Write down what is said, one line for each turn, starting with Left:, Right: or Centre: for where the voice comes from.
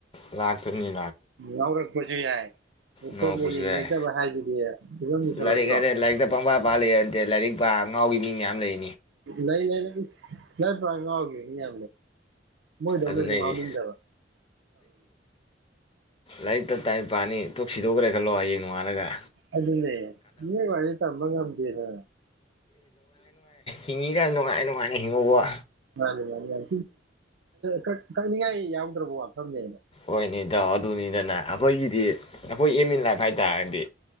Left: ꯂꯥꯛꯇꯣꯏꯅꯤ
Right: ꯅꯧꯔꯒ ꯄꯨꯁꯤꯕꯤ ꯌꯥꯏ
Left: ꯉꯥꯎ
Right: ꯐꯣꯟꯒ
Left: ꯄꯨꯁꯨ
Right: ꯌꯦꯡꯅꯤꯡꯉꯛꯇꯕ
Left: ꯌꯥꯏ
Right: ꯍꯥꯏꯁꯤꯗꯤ ꯐꯤꯕꯝ ꯂꯨꯁꯜꯂꯛꯇ꯭ꯔꯣ
Left: ꯂꯥꯏꯔꯤꯛ ꯍꯥꯏꯔꯦ ꯂꯥꯏꯔꯤꯛꯇ ꯄꯪꯕꯥ ꯄꯥ ꯂꯩꯔꯗꯦ ꯂꯥꯏꯔꯤꯛ ꯄꯥ ꯉꯥꯎꯒꯤ ꯃꯤ ꯃꯌꯥꯝ ꯂꯩ
Right: ꯂꯩ ꯂꯩ ꯂꯩ ꯂꯩ ꯄꯒꯦ ꯅ ꯃꯣꯏꯗ
Left: ꯑꯗꯨꯅꯦ
Right: ꯃꯣꯏꯗꯗꯕ
Left: ꯑꯩ ꯂꯥꯏꯔꯤꯛꯛꯇ ꯇꯥꯏꯄꯥꯥꯅꯤ ꯇꯣꯛ ꯁꯤꯗꯣꯛꯈ꯭ꯔꯦ ꯈꯜꯂꯣ ꯍꯌꯦꯡ ꯅꯣꯡꯉꯥꯂꯒ
Right: ꯑꯗꯨꯗꯅꯦꯦ ꯏ ꯋꯥꯦ ꯇꯝꯕ ꯀꯃꯇꯤꯔ
Left: ꯍꯤꯡꯉꯤꯔ ꯅꯨꯡꯉꯥꯏꯅ ꯅꯨꯡꯉꯥꯏꯅ ꯍꯤꯡꯉꯨꯕ
Right: ꯃꯥꯅꯤ ꯃꯥꯅꯤ ꯃꯥ ꯀꯛꯅꯤꯡꯉꯥꯏ ꯌꯥꯎꯗ꯭ꯔꯕ ꯋꯥꯐꯝꯅꯦꯕ
Left: ꯍꯣꯏꯅꯤꯗ ꯑꯗꯨꯅꯤꯗꯅꯦ ꯑꯩꯈꯣꯏꯒꯤꯗꯤ ꯑꯩꯈꯣꯏ ꯑ ꯑꯦ ꯂꯥꯏꯐꯥꯏꯗꯥꯕꯤ